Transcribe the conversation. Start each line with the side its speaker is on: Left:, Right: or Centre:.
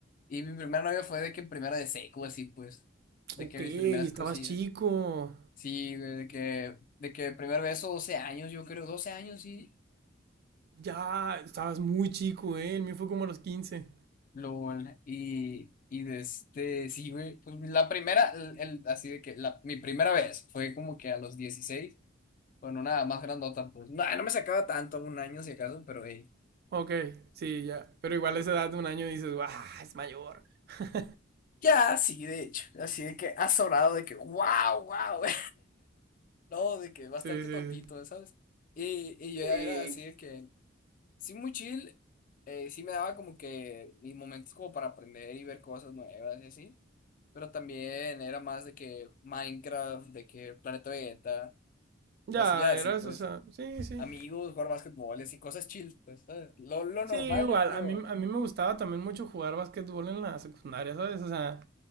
Left: Y mi primera novia fue de que en primera de seco, así pues. De
Right: Ok,
Left: que mis primeras
Right: estabas
Left: cosillas.
Right: chico.
Left: Sí, güey, de que, de que el primer beso, 12 años, yo creo, 12 años, sí.
Right: Ya, estabas muy chico, ¿eh? El mío fue como a los quince
Left: LOL. Y, y de este, sí, güey. Pues la primera, el, el- así de que la, mi primera vez fue como que a los 16 con una más grandota, pues. No, no me sacaba tanto, un año si acaso, pero hey.
Right: Ok, sí, ya. Pero igual a esa edad de un año dices, ¡ah! Es mayor. <laughs>
Left: Ya, sí, de hecho. Así de que azorado, de que wow, wow. <laughs> No, de que bastante
Right: Sí, sí,
Left: tontito,
Right: sí.
Left: ¿sabes? Y, y yo ya
Right: Sí,
Left: era así de que. sí muy chill, eh, sí me daba como que y momentos como para aprender y ver cosas nuevas y así, pero también era más de que Minecraft, de que Planeta Vegeta,
Right: ya,
Left: cosillas
Right: era
Left: así, pues,
Right: eso, o sea, sí, sí.
Left: amigos, jugar básquetbol, y cosas chill, pues, ¿sabes? Lo, lo normal
Right: Sí, igual,
Left: yo creo,
Right: a mí, a mí me gustaba también mucho jugar básquetbol en la secundaria, ¿sabes? O sea,